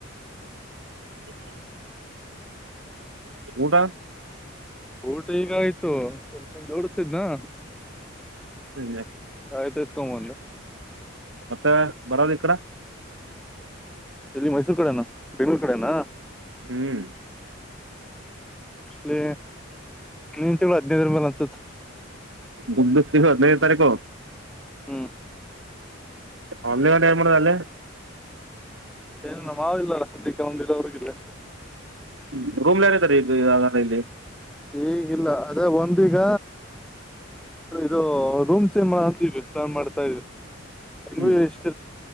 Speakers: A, on the right; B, in the centre.
A: <unintelligible> ಊಟ
B: ಊಟ ಈಗ ಆಯ್ತು ಸ್ವಲ್ಪ ಜೋಡಸ್ತಿದ್ನಾ
A: ಹ್ಮ
B: ಕತ ತ ಒ
A: ಮತ್ತೆ ಬರೋದು ಇ ಕಡ
B: ಎಲ್ಲಿ ಮೈಸೂರ್ ಕಡೆನಾ ಬೆಂಗ್ಗಳೂರ್ ಕಡೆನಾ
A: ಹ್ಮ್
B: ಮಲಿ ನೀನ್ ತಿಳ ಹದ್ಿನೈದರ ಮೇಲೆ ಅನ್ಸುತ್ತ
A: ಬಗ್ ಸಿಹ ನೈರ ತಾರೀಖ
B: ಹ್ಮ್
A: ಅಂದ ಟೈ ಮಾಡ ಅಲ್ಲೇ
B: ಏನ ನ ಮಾವ ಇಲ್ಲಲ್ಲಕ್ಕೆಂದಿಲ್ಲ ಅವ್ರಗ ಇಿಲ್ಲ ಎಷ್ಟು
A: ಹ್ಮ ರೂಮ್ಲ್ ಯಾರಾರೆ ಈಗ ಇಲ್ಲಿ
B: ಈಗಿಲ್ಲ ಅದೇ ಒಂದೀಗ ಇದು ರೂಮ್ ಚೇಂಜ್ ಮಾಡ ಅಂತವಿ ಪ್ಲಾನ್ ಮಾಡ್ತಾ ಇದ್ವಿ ತಿಂಗಳ
A: ಹ್ಮ್
B: ಎಷ್ಟ